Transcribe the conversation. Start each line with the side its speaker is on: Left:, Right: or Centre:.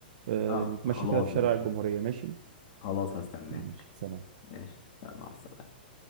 Right: آه،
Left: اه
Right: نتمشى
Left: خلاص
Right: كده في شارع
Left: ماشي
Right: الجمهوريه ماشي
Left: خلاص هستناك
Right: ماشي سلام
Left: ماشي يلا مع السلامة